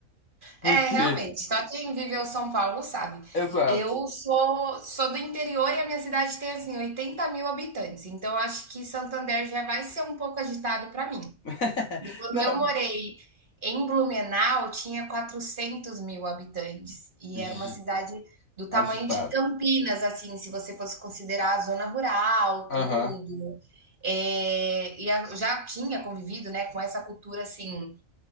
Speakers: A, on the left; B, on the right.
A: Porque,
B: É, realmente, só quem viveu São Paulo sabe.
A: exato.
B: Eu sou, sou do interior e a minha cidade tem, assim, 80 mil habitantes, então acho que Santander já vai ser um pouco agitado para mim.
A: <laughs>
B: E quando
A: Não,
B: eu morei em Blumenau, tinha 400 mil habitantes e
A: agi-
B: era uma cidade do tamanho
A: agitado.
B: de Campinas, assim, se você fosse considerar a zona rural,
A: Aham.
B: tudo. É, e a- eu já tinha convivido, né, com essa cultura, assim,